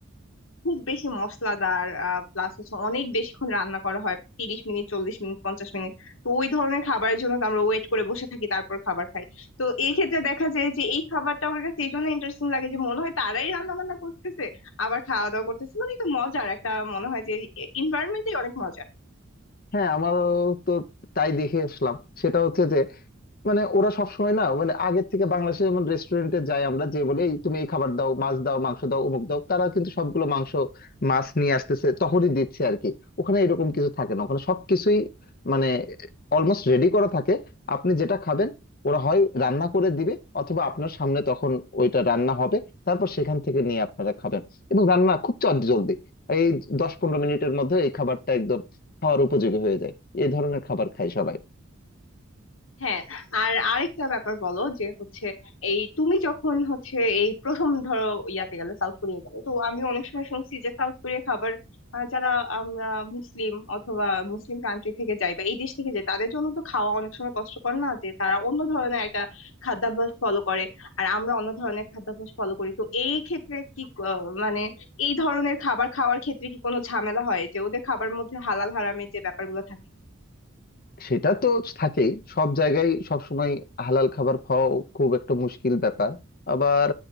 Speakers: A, on the left (about 70°); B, on the left (about 45°).
A: খুব বেশি মশলাদার প্লাস হচ্ছে অনেক বেশিক্ষণ রান্না করা হয় তিরিশ মিনিট চল্লিশ মিনিট পঞ্চাশ মিনিট তো ওই ধরনের খাবারের জন্য তো আমরা ওয়েট করে বসে থাকি তারপর খাবার খাই তো এই ক্ষেত্রে দেখা যায় যে এই খাবারটা আমার কাছে এই জন্য ইন্টারেস্টিং লাগে যে মনে হয় তারাই রান্না বান্না করতেছে আবার খাওয়া দাওয়া করতেছে মানে একটা মজার একটা মনে হয় যে এনভায়রনমেন্টই অনেক মজা
B: হ্যাঁ আমারও তো তাই দেখে আসলাম সেটা হচ্ছে যে মানে ওরা সবসময় না মানে আগের থেকে বাংলাদেশে যেমন রেস্টুরেন্টে যাই আমরা যে বলে "এই তুমি এই খাবার দাও মাছ দাও মাংস দাও অমুক দাও তারা কিন্তু সবগুলো মাংস মাছ নিয়ে আসতেছে তখনই দিচ্ছে আর কি ওখানে এরকম কিছু থাকে না ওখানে সবকিছুই মানে অলমোস্ট রেডি করা থাকে আপনি যেটা খাবেন ওরা হয় রান্না করে দিবে অথবা আপনার সামনে তখন ওইটা রান্না হবে তারপর সেখান থেকে নিয়ে আপনারা খাবেন এবং রান্না খুব চটজলদি এই দশ পনেরো মিনিটের মধ্যে এই খাবারটা একদম খাওয়ার উপযোগী হয়ে যায় এই ধরনের খাবার খায় সবাই
A: হ্যাঁ আর আরেকটা ব্যাপার বলো যে হচ্ছে এই তুমি যখন হচ্ছে এই প্রথম ধরো ইয়াতে গেলে সাউথ কোরিয়া গেলে তো আমি অনেক সময় শুনছি যে সাউথ কোরিয়া খাবার আহ, যারা আমরা মুসলিম অথবা মুসলিম কান্ট্রি থেকে যাই বা এই দেশ থেকে যাই তাদের জন্য তো খাওয়া অনেক সময় কষ্টকর না যে তারা অন্য ধরনের একটা খাদ্যাভ্যাস ফলো করে আর আমরা অন্য ধরনের খাদ্যাভ্যাস ফলো করি তো এই ক্ষেত্রে কি আহ, মানে এই ধরনের খাবার খাওয়ার ক্ষেত্রে কি কোনো ঝামেলা হয় যে ওদের খাবার মধ্যে হালাল হারামের যে ব্যাপারগুলো
B: সেটা তো থাকেই সব জায়গায় সব সময় হালাল খাবার খাওয়া খুব একটা মুশকিল ব্যাপার আবার